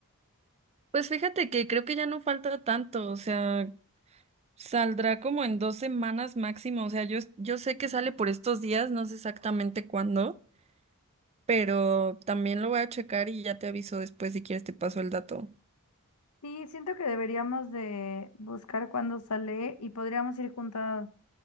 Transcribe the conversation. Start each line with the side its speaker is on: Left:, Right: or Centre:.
Right: Pues fíjate que creo que ya no falta tanto, o sea, saldrá como en dos semanas máximo, o sea, yo, yo sé que sale por estos días, no sé exactamente cuándo, pero también lo voy a checar y ya te aviso después si quieres te paso el dato.
Left: Sí, siento que deberíamos de buscar cuándo sale y podríamos ir juntas